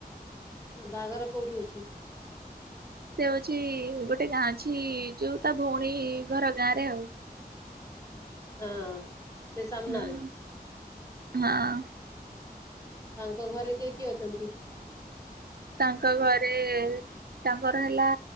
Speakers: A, on the left; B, on the right.
A: ବାହାଘର କୋଉଠି ହଉଛି?
B: ସେ ହଉଛି ଗୋଟେ ଗାଁ ଅଛି ଯୋଉ ତା ଭଉଣୀ ଘର ଗାଁ ରେ ଆଉ।
A: ହଁ। ସେ ସାମ୍ନାରେ
B: ହୁଁ ହଁ।
A: ତାଙ୍କ ଘରେ କିଏ କିଏ ଅଛନ୍ତି?
B: ତାଙ୍କ ଘରେ ତାଙ୍କର ହେଲା